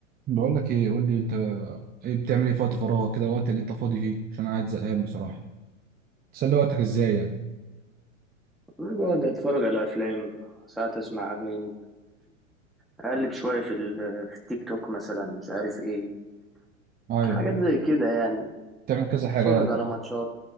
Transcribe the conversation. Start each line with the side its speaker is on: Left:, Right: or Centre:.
Right: بقول لك ايه قول لي انت ايه بتعمل ايه في وقت فراغك كده الوقت اللي انت فاضي فيه عشان أنا قاعد زهقان بصراحه تسلي وقتك ازاي يعني
Centre: أنا بقعد أتفرج على أفلام ساعات أسمع أغاني أقلب شوية في ال- في التيك توك مثلا مش عارف إيه
Right: ايوه
Centre: حاجات زي كده يعني
Right: بتعمل كذا
Centre: أتفرج
Right: حاجه
Centre: على
Right: يعني.
Centre: ماتشات